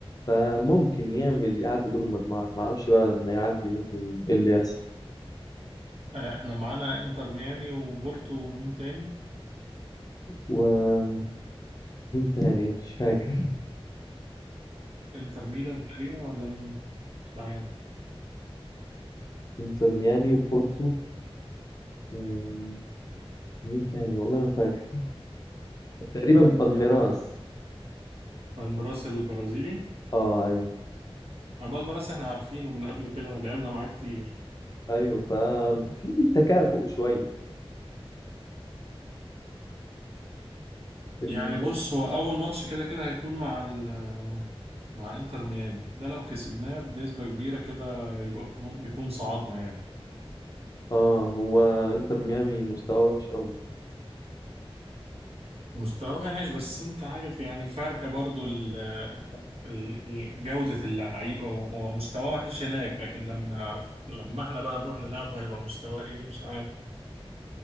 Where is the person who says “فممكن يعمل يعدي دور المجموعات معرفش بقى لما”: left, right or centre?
Left